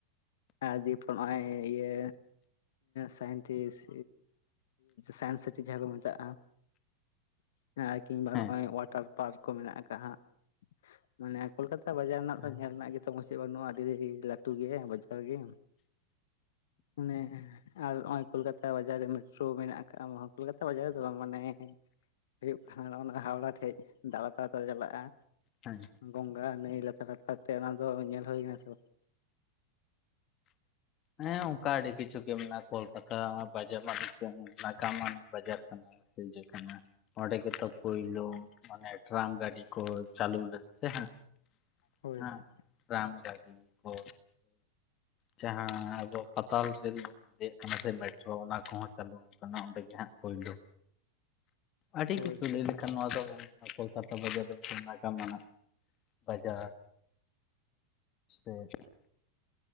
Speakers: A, on the left; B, on the left.
A: ᱟᱨ ᱫᱤᱭᱮᱯᱚᱨ ᱱᱚᱜᱼᱚᱭ ᱤᱭᱟᱹ ᱥᱟᱭᱮᱱᱴᱤᱥᱴ ᱥᱟᱭᱮᱱᱥ ᱥᱤᱴᱤ ᱡᱟᱦᱟᱸ ᱠᱚ ᱢᱮᱛᱟᱜᱼᱟ᱾ ᱦᱮᱸ ᱟᱨ ᱠᱤᱢᱵᱟ
B: ᱦᱮᱸ
A: ᱱᱚᱜᱼᱚᱭ ᱚᱳᱣᱟᱴᱟᱨ ᱯᱟᱨᱠ ᱠᱚ ᱢᱮᱱᱟᱜ ᱟᱠᱟᱜ ᱦᱟᱸᱜ ᱢᱟᱱᱮ ᱠᱳᱞᱠᱟᱛᱟ ᱵᱟᱡᱟᱨ ᱨᱮᱱᱟᱜ
B: ᱦᱮᱸ
A: ᱫᱚ ᱧᱮᱞ ᱨᱮᱱᱟᱜ ᱜᱮᱛᱚ ᱢᱩᱪᱟᱹᱫ ᱵᱟᱹᱱᱩᱜᱼᱟ ᱟᱹᱰᱤ ᱞᱟᱹᱴᱩ ᱜᱮ ᱵᱟᱡᱟᱨ ᱜᱮ᱾ ᱚᱱᱮ ᱟᱨ ᱱᱚᱜᱼᱚᱭ ᱠᱳᱞ ᱠᱟᱛᱟ ᱵᱟᱡᱟᱨ ᱨᱮ ᱢᱮᱴᱨᱳ ᱢᱮᱱᱟᱜ ᱟᱠᱟᱫ ᱠᱳᱞᱠᱟᱛᱟ ᱵᱟᱡᱟᱨ ᱨᱮᱫᱚ ᱵᱟᱝ ᱢᱟᱱᱮ ᱦᱩᱭᱩᱜ ᱠᱟᱱᱟ ᱚᱱᱟ ᱦᱟᱣᱲᱟ ᱴᱷᱮᱡ ᱫᱟᱬᱟ ᱫᱟᱬᱟ ᱛᱮᱞᱮ ᱪᱟᱞᱟᱜᱼᱟ᱾
B: ᱦᱮᱸ
A: ᱜᱚᱝᱜᱟ ᱱᱟᱹᱭ ᱞᱟᱛᱟᱨ ᱞᱟᱛᱟᱨ ᱛᱮ ᱚᱱᱟ ᱫᱚ ᱧᱮᱞ ᱦᱩᱭᱱᱟ ᱥᱮ ᱵᱟᱝ?
B: ᱦᱮᱸ ᱚᱱᱠᱟ ᱟᱹᱰᱤ ᱠᱤᱪᱷᱩ ᱜᱮ ᱢᱮᱱᱟᱜᱼᱟ, ᱠᱳᱞᱠᱟᱛᱟ ᱵᱟᱡᱟᱨ ᱨᱮᱱᱟᱜ ᱱᱟᱜᱟᱢᱟᱱ ᱵᱟᱡᱟᱨ ᱥᱮ ᱡᱮ ᱠᱟᱱᱟ ᱚᱸᱰᱮ ᱜᱮᱛᱚ ᱯᱳᱭᱞᱳ ᱢᱟᱱᱮ ᱴᱨᱟᱢ ᱜᱟᱹᱰᱤ ᱠᱚ ᱪᱟᱹᱞᱩ ᱞᱮᱫ ᱥᱮ ᱦᱟᱸᱜ
A: ᱦᱳᱭ
B: ᱦᱮᱸ
A: ᱦᱳᱭ᱾
B: ᱴᱨᱟᱢ ᱜᱟᱹᱰᱤ ᱠᱚ ᱡᱟᱦᱟᱸ ᱯᱟᱛᱟᱞ ᱨᱮᱞ ᱵᱚᱱ ᱞᱟᱹᱭᱟ ᱠᱟᱱᱟ ᱥᱮ ᱢᱮᱴᱨᱳ ᱚᱱᱟ ᱠᱚᱦᱚᱸ ᱪᱟᱹᱞᱩ ᱟᱠᱟᱱᱟ ᱚᱸᱰᱮ ᱜᱮ ᱦᱟᱸᱜ ᱯᱳᱭᱞᱳ ᱟᱹᱰᱤ
A: ᱦᱳᱭ
B: ᱠᱤᱪᱷᱩ ᱞᱟᱹᱭ ᱞᱮᱠᱷᱟᱱ ᱱᱚᱣᱟ ᱫᱚ ᱚᱥᱚᱞ ᱠᱟᱛᱷᱟ ᱫᱚ ᱡᱟᱫᱚᱵᱯᱩᱨ ᱱᱟᱜᱟᱢ ᱟᱱᱟᱜ ᱵᱟᱡᱟᱨ ᱥᱮ ᱮᱸᱦᱮ